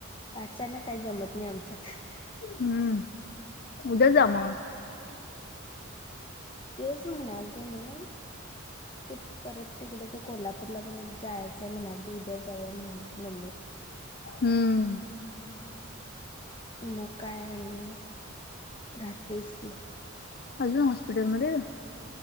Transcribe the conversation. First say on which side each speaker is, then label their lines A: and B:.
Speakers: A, on the left; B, on the left.
A: अचानक काही जमत नाही आमच्यात..
B: हम्म उद्या जा मग
A: तेच म्हणालतो मी.. ते परत तिकडे ते कोल्हापूरला पण जायचंय म्हणाल ते उद्या- जावूया म्हणालती मम्मी.
B: हम्म
A: मगं काय आणि राहतायचं की.
B: अजून हॉस्पिटलमध्ये.